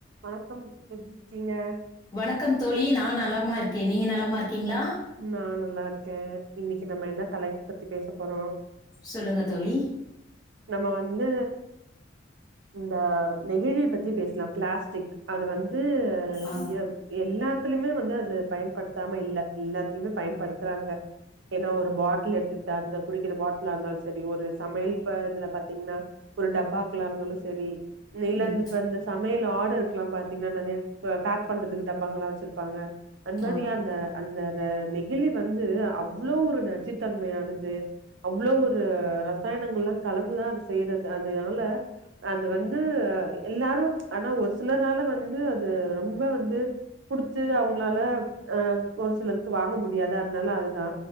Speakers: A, on the right; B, on the left.
A: வணக்கம் எப்டி இருக்கீங்க
B: வணக்கம் தோழி நா நலமா இருக்கே நீங்க நலமாருக்கீங்ளா
A: நா நல்லார்க்கே இன்னிக்கி நம்ம என்ன தலைப்பு பத்தி பேசப் போறோ
B: சொல்லுங்க தோழி
A: நம்ம வந்து இந்த நெகிழி பத்தி பேஸ்லா ப்ளாஸ்டிக் அத வந் து
B: ஆ
A: எவ் எல்லாத்துலுமே வந்து அத பயன்பட்த்தாம இல்ல <unintelligible> பயன்படுத்துறாங்க என்ன ஒரு பாட்ல் எடுத்து தெர்ந்து குடிக்கிற பாட்லாந்தாலு செரி ஒரு சமைல் ப இதுல பாத்தீங்ன்னா ஒரு டப்பாக்லார்ந்தாலு செரி நீலந்துப்ப
B: ம்
A: இந்த சமைல் ஆடருக்லான் பாத் திங்க நற்ய போ பேக் பண்றதுக்கு டப்பாங்களா வெச்சிருப்பாங்ள அந் மாரி
B: ஆ
A: அந்த அந்த ர நெகிலி வந்து அவ்ளோ ஒரு நச்சுட்டன்மையானது அவ்ளோ ஒரு ரசாயனங்கள்லா கலந்துதா அது செய்றது அது எவ்ள அது வந்து எல்லாரு ஆனா ஒரு சிலரால வந்து அது ரொம்ப வந்து குடுத்து அவுங்ளால அ ஒரு சிலர்க்கு வாங்க முடியாது அத்னால அதுதா